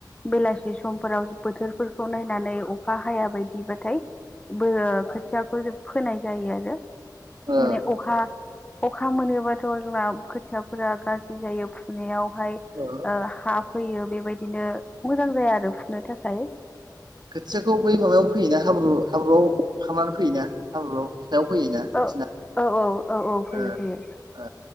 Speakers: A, on the left (about 15°); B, on the right (about 70°).
A: बेलासि समफोराव बोथोरफोरखौ नाय नानै अखा हाया बायदिबाथाय बे खोथियाखौ फोनाय जायो आरो।
B: ओ
A: माने अखा अखा मोनोबाथ' जोंना खोथियाफोरा गाज्रि जायो फुनायावहाय
B: ओ
A: हा फैयो बेबायदिनो मोजां जाया आरो फुनो थाखाय।
B: खोथियाखौ बै माबायाव फैयोना हाब्रु हाब्रुआव खालामनानै फैयोना हाब्रुआव सायाव फैयोना
A: औ
B: बिसिना
A: औ औ औ औ फैयो
B: ओ
A: फैयो
B: ओ